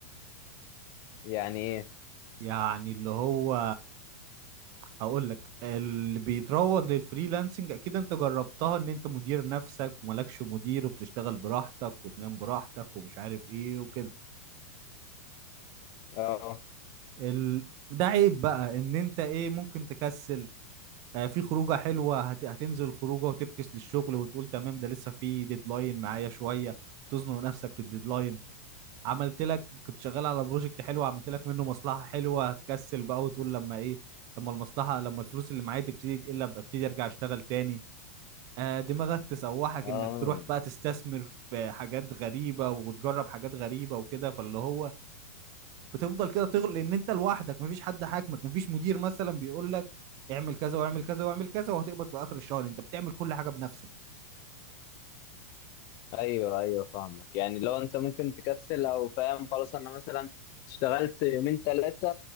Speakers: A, on the left (about 45°); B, on the right (about 45°).
A: يعني ايه
B: يعني اللي هو هقول لك اللي بيتروج للفريلانسنج اكيد انت جربتها ان انت مدير نفسك وملكش مدير وبتشتغل براحتك وتنام براحتك ومش عارف ايه وكده
A: اه
B: ال... ده عيب بقى ان انت ايه ممكن تكسل آه، في خروجه حلوه هت... هتنزل خروجه وتفكس للشغل وتقول تمام ده لسه في ديدلاين معايا شويه وتزنق نفسك في الديدلاين عملت لك كنت شغال على بروجكت حلو عملت لك منه مصلحة حلوة هتكسل بقى وتقول لما ايه لما المصلحة لما الفلوس اللي معايا تبتدي تقل ابقى ابتدي ارجع اشتغل تاني آه دماغك تسوحك
A: اه
B: انك تروح بقى تستثمر في حاجات غريبة وتجرب حاجات غريبة وكده فاللي هو بتفضل كده تغل لان انت لوحدك مفيش حد حاكمك مفيش مدير مثلا بيقول لك اعمل كذا واعمل كذا واعمل كذا وهتقبض في اخر الشهر انت بتعمل كل حاجة بنفسك
A: ايوه ايوه فاهمك يعني لو انت ممكن تكسل او فاهم خلاص انا مثلا اشتغلت يومين ثلاثة